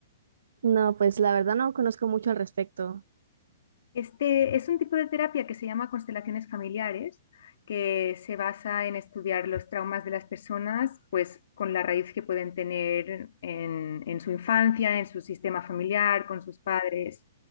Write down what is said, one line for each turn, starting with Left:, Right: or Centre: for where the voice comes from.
Right: No, pues la verdad no conozco mucho al respecto.
Left: Este es un tipo de terapia que se llama constelaciones familiares, que se basa en estudiar los traumas de las personas, pues con la raíz que pueden tener en en su infancia, en su sistema familiar, con sus padres.